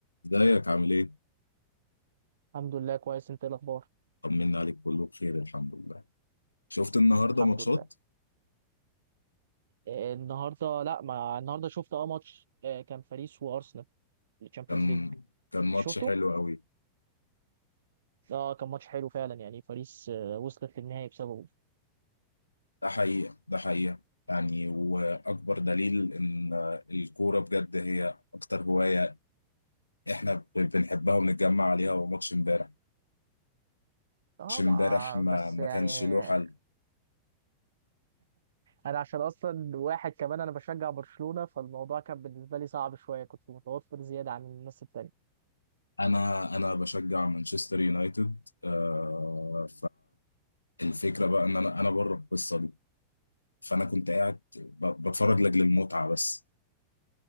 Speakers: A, on the left (about 80°); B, on the right (about 65°).
A: ازيك عامل ايه؟
B: الحمد لله كويس انت ايه الاخبار
A: طمنا عليك كله بخير الحمد لله شفت النهارده
B: الحمد
A: ماتشات
B: لله آه، النهارده لا ما النهارده شفت اه ماتش آه، كان باريس وارسنال الشامبيونز
A: كان
B: ليج
A: كان ماتش
B: شفته
A: حلو قوي
B: اه كان ماتش حلو فعلا يعني باريس آه، وصلت للنهائي بسببه
A: ده حقيقة ده حقيقة يعني واكبر دليل ان الكورة بجد هي اكتر هواية احنا ب- بنحبها وبنتجمع عليها هو ماتش امبارح
B: اه
A: ماتش امبارح
B: ما
A: ما
B: بس
A: ما
B: يعني
A: كانش له حل
B: انا عشان اصلا واحد كمان انا بشجع برشلونة فالموضوع كان بالنسبه لي صعب شويه كنت متوتر زياده عن الناس التانية
A: انا انا بشجع مانشستر يونايتد آه فالفكرة بقى ان انا انا بره القصة دي فانا كنت قاعد ب- بتفرج لاجل المتعة بس